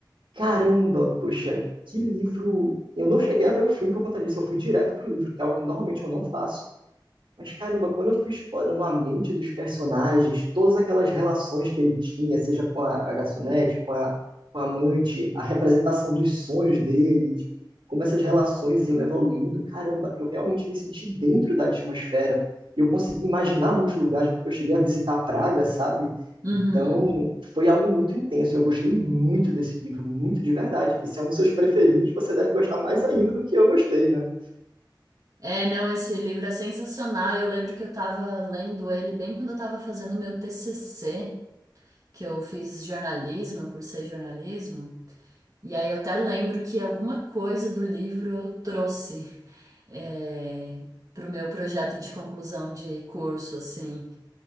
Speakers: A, on the right; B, on the right.
A: Caramba, poxa, que livro! Eu não cheguei a ver o filme por conta disso, eu fui direto pro livro, que é algo que normalmente eu não faço. Mas caramba, quando eu fui explorando a mente dos personagens, todas aquelas relações que ele tinha, seja com a, a garçonete, com a, com a amante, a representação dos sonhos deles, como essas relações iam evoluindo, caramba, eu realmente me senti dentro da atmosfera. E eu consegui imaginar muitos lugares, porque eu cheguei a visitar Praga, sabe?
B: Uhum.
A: Então, foi algo muito intenso. Eu gostei muito desse livro, muito de verdade. E se é um dos seus preferidos, você deve gostar mais ainda do que eu gostei, né?
B: É, não, esse livro é sensacional. Eu lembro que eu estava lendo ele bem quando eu estava fazendo o meu TCC, que eu fiz jornalismo, eu cursei jornalismo. E aí eu até lembro que alguma coisa do livro eu trouxe é, pro meu projeto de conclusão de curso, assim.